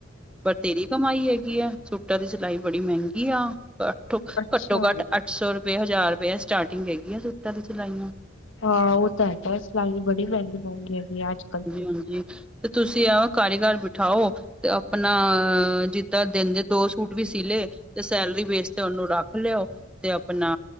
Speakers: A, in the centre; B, on the left (about 80°).
A: ਬਤੇਰੀ ਕਮਾਈ ਹੈਗੀ ਆ ਸੂਟਾਂ ਦੀ ਸਿਲਾਈ ਬੜੀ ਮੈਂਂਗੀ ਆ। ਘੱਟੋ
B: ਅੱਛਾ
A: ਘੱਟ ਅੱਠ ਸੌ ਰੁਪਏ, ਹਜ਼ਾਰ ਰਪੇਆ ਸਟਾਟਿੰਗ ਹੈਗੀ ਆ‌ ਸੂਟਾਂ ਦੀ ਸਿਲਾਈਆਂ।
B: ਹਾਂ ਓ ਤਾਂ ਹੈਗਾ ਸਿਲਾਈ ਬੜੀ ਮੈਂਗੀ-ਮੈਂਗੀ ਹੈਗੀ ਆ ਆੱਜ।
A: ਹਾਂਜੀ-ਹਾਂਜੀ ਤੇ ਤੁਸੀ ਆਪ ਕਾਰੀਗਰ ਬਠਾਓ। ਤੇ ਆਪਨਾ ਜਿੱਦਾਂ ਦਿਨ ਦੇ ਦੋ ਸੂਟ ਵੀ ਸੀ ਲੇ ਤੇ ਸੈਲਰੀ ਬੇਸ ਤੇ ਓਨੂੰ ਰਾੱਖ ਲੇਓ। ਤੇ ਆਪਨਾ